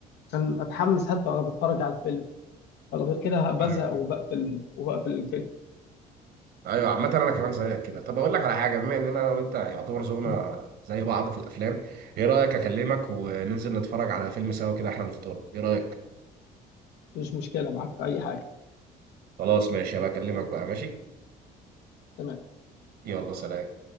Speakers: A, on the left; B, on the right.
A: عشان اتحمس حتى وانا بتفرج على الفيلم ولا غير كده بزهق
B: ايوه
A: وبقفل وبقفل الفيلم
B: ايوه عامة انا كمان زيك كده طب اقول لك على حاجة بما اننا انا وانت يعتبر ذوقنا
A: مم.
B: زي بعض في الافلام ايه رأيك اكلمك وننزل نتفرج على فيلم سوا كده احنا نفطر ايه رأيك
A: مش مشكله معاك في اي حاجه
B: خلاص ماشي هبقى اكلمك بقى ماشي
A: تمام
B: يلا سلام